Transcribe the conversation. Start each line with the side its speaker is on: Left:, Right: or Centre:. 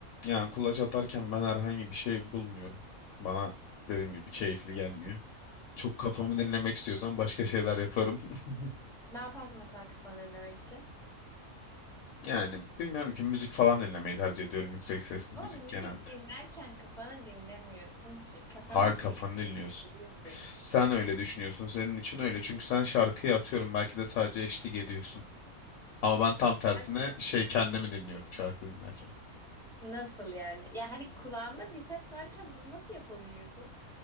Left: Yani kulaç atarken ben herhangi bir şey bulmuyorum. Bana dediğim gibi keyifli gelmiyor. Çok kafamı dinlemek istiyorsan başka şeyler yaparım. <laughs>
Centre: Ne yaparsın mesela kafanı dinlemek için?
Left: Yani bilmiyorum ki müzik falan dinlemeyi tercih ediyorum. Yüksek sesli
Centre: Ama
Left: müzik
Centre: müzik
Left: genelde.
Centre: dinlerken kafanı dinlemiyorsun ki. Kafanın
Left: Harika
Centre: içindeki
Left: kafanı
Centre: sesi
Left: dinliyorsun.
Centre: susturuyorsun.
Left: Sen öyle düşünüyorsun. Senin için öyle. Çünkü sen şarkıyı atıyorum. Belki de sadece eşlik ediyorsun. Ama ben tam tersine
Centre: Sen ne yapıyorsun?
Left: şey kendimi dinliyorum şarkı dinlerken.
Centre: Nasıl yani? Ya hani kulağında bir ses varken bunu nasıl yapabiliyorsun?